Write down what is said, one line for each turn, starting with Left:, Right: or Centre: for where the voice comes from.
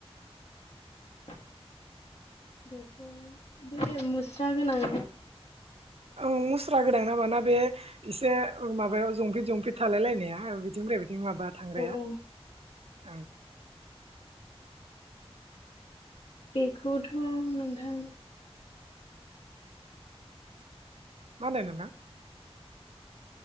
Left: <inaudible> बेखौ बे मुस्रा गोनां
Right: ओं मुस्रा गोदां नामाना बे एसे माबायाव जंफिट जंफिट थालाय लायनाया बिदिनिफ्राय बे माबा थांग्राया
Left: औ
Right: ओं
Left: बेखौथ' नोंथां
Right: मा होनदों नोंथां?